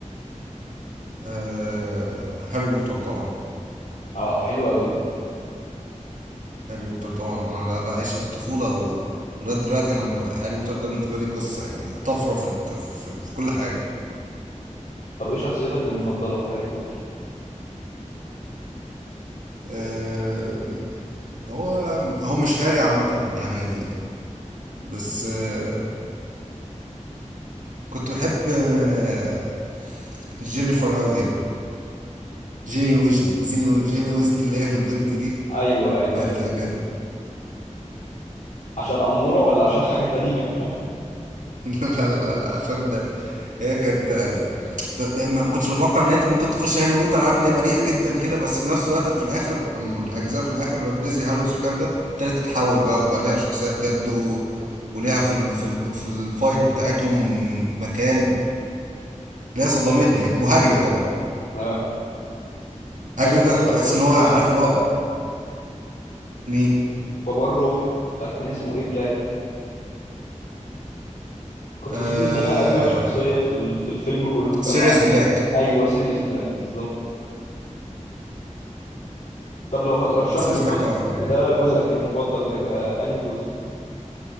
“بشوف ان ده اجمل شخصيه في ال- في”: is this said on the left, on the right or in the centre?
Left